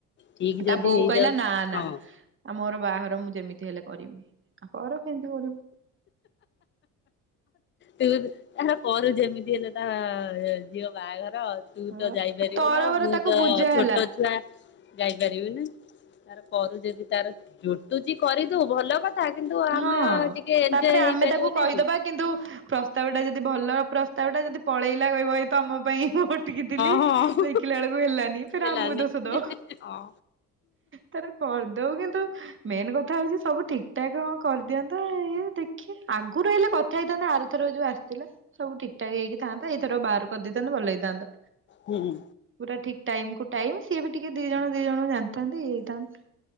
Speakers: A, on the left; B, on the right.
A: ଠିକ ଯଦି
B: ତା ବୋଉ
A: ହେଇଯାଉଛି
B: କହିଲା ନା
A: ହଁ
B: ନା ଆଉ ମୋର ବାହାଘର ମୁଁ ଯେମିତି ହେଲେ କରିବି ଆଉ କର କେମିତି କରିବୁ।
A: ତାର କରୁ ଯେମିତି ହେଲେ ତା ଝିଅ ବାହାଘର ତୁ
B: ଆ
A: ତ ଯାଇପାରିବୁନ
B: ତରବର
A: ମୁଁ
B: ତାକୁ
A: ତ
B: ବୁଝା ହେଲା।
A: ଛୋଟ ଛୁଆ ଗାଇପାରିବି ନା ତାର କରୁ ଯଦି ତାର ଜୁଟୁଛି କରିଦଉ ଭଲ କଥା କିନ୍ତୁ ଆମେ
B: ହଁ
A: ଟିକେ ଏଞ୍ଜୟ
B: ତାପରେ ଆମେ
A: ହେଇପାରିବନି
B: ତାକୁ କହିଦବା
A: ଆଉ
B: କିନ୍ତୁ ପ୍ର ପ୍ରସ୍ତାବଟା ଯଦି ଭଲ ପ୍ରସ୍ତାବଟା ଯଦି ପଳେଇଲା କହିବ ତ ଆମ ପାଇଁ ଥିଲି
A: ହଁ ହଁ
B: ଦେଖିଲା ବେଳକୁ ହେଲାନି ଫେରେ
A: ହେଲାନି
B: ଆମକୁ ଦୋଷ ଦଉ
A: ହଁ
B: ତାର କରିଦଉ କିନ୍ତୁ ମେନ୍ କଥା ହଉଛି ସବୁ ଠିକ ଏଟା କଣ କରିଦିଅନ୍ତା ଇଏ ଦେଖିଆ ଆଗରୁ ହେଲେ କଥା ହେଇଥାନ୍ତା ଆରୁ ଏଥର ଯୋଉ ଆସିଥିଲା ସବୁ ଠିକଠାକ ହେଇକି ଥାନ୍ତା ଏଇଥର ବାହାର କରିଦେଇଥାନ୍ତତା ଭଲ ହେଇଥାନ୍ତା।
A: ହୁଁ ହୁଁ
B: ପୁରା ଠିକ ଟାଇମ କୁ ଟାଇମ ସିଏ ବି ଟିକେ ଦି ଜଣ ଦି ଜଣ କୁ ଜାଣିଥାନ୍ତି ଇଏ ହେଇଥାନ୍ତ।